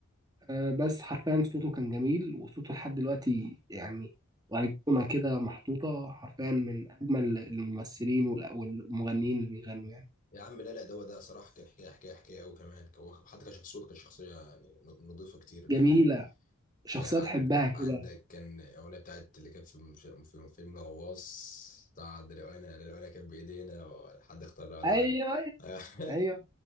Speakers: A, on the right; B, on the left.
A: آه، بس حرفيا صوته كان جميل وصوته لحد دلوقتي يعني وأيقونة كده محطوطة حرفيا من أجمل الممثلين والأ- والمغنيين اللي بيغنوا يعني
B: يا عم لا لا ده هو ده صراحه كان حكايه حكايه حكايه قوي كمان هو حتى كشخصيته كشخصيه يعني نظيفه كتير بامانه
A: جميلة شخصية
B: آه، عند
A: تحبها كده
B: عندك كان الأغنية بتاعت اللي كانت في المف- في فيلم الغواص بتاع ده لو أنا لو أنا كان بإيدينا حد اختار لو ودعنا
A: أيوه أيوه
B: آه، <laughs>
A: أيوه